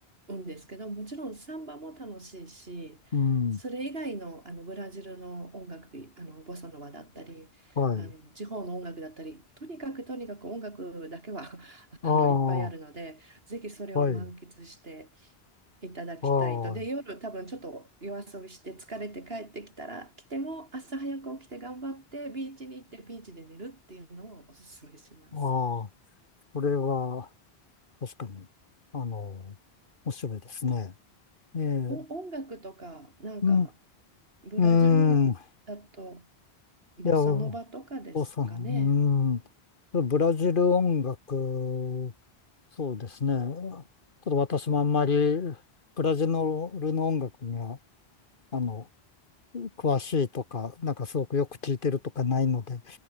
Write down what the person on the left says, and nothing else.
うん、
はい、
ああ、
は
い、
はい、
ああ、それは、確かに、あの、面白いですね。ええ、
うん、
うん、い
や、おさん、うん、ブラジル音楽、そうですね。ちょっと私もあんまり、ブラジルの音楽には、あの、詳しいとか、なんかすごくよく聞いてるとかないので、